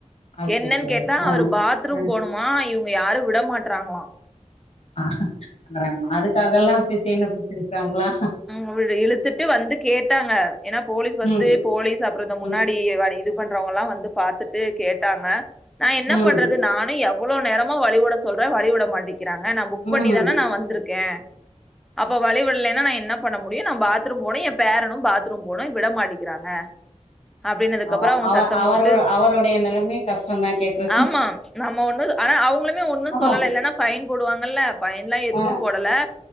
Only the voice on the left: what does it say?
அச்சச்சோ
ஆ
ஆ
ஆ ஆமா அதுக்காகல்லா போய் செயின பிடிச்சு இழுக்குறாங்களா
ம்
ம்
ம்
ம்
அவ
அவ
அவரு
அவருடைய நெலைமையு கஷ்டந்தா கேக்குறது
ஆமா
ஆ